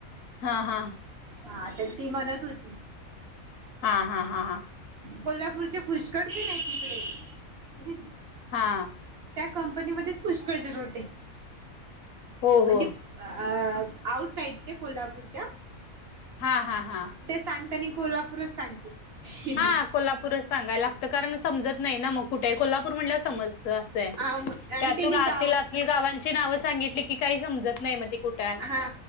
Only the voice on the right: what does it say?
हा तर ती म्हणत होती?
कोल्हापूरचे पुष्कर पण आहे नाही तिकडे?
त्या कंपनीमध्येच पुष्कळ जरूते
म्हणजे
अ आउट साइड चे कोल्हापूरच्या
सांगनी कोल्हापूरच सांगते.
हा मग आणि
त्यांनी
गाव
हा!